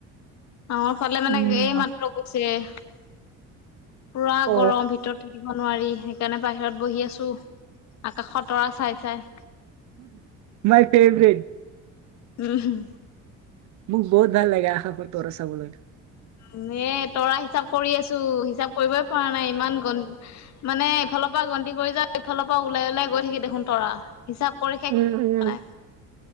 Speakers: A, on the left; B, on the right.
A: আমাৰ ফালে
B: উম,
A: মানে এই মাত্ৰ গ- ছে পুৰা
B: অ
A: গৰম ভিতৰত থাকি- ব নোৱাৰি সেইকাৰণে, বাহিৰত বহি আছো আকাশত তৰা চাই চাই।
B: My favourite.
A: Um hmm.
B: মোক বহুত ভাল লাগে আকাশৰ তৰা চাবলৈ।
A: উম' এ তৰা হিচাপ কৰি আছো। হিচাপ কৰিবই পৰা নাই ইমান গ- মানে এইফালৰ পৰা গন্তি কৰি যা এইফালৰ পৰা ওলাই ওলাই গৈ থাকি দেখোন তৰা হিচাপ কৰি শেষ-
B: উম উম।
A: নাই